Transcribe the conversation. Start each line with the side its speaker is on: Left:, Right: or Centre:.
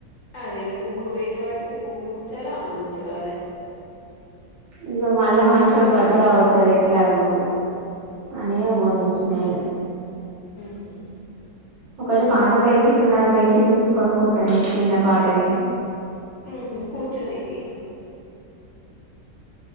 Left: అదే ఇగా ముగ్గురు పోయిండ్రు కాబట్టి మీరు ముగ్గురు కూర్చోవాలే ఆమె కూర్చోవాలే
Right: ఇగ మళ్ళా మనిషోటి పట్టుక రావచ్చు కదా ఎట్లాగు అనే ఇగ కోనిచ్చిన ఇగ
Left: మ్
Right: ఒకటి పాత బెడ్ షీట్ ఉన్నది ఆ బెడ్ షీట్ తీసుకొని పోతా నేను చిన్న పాటిది
Left: మ్ హు కూర్చోనికి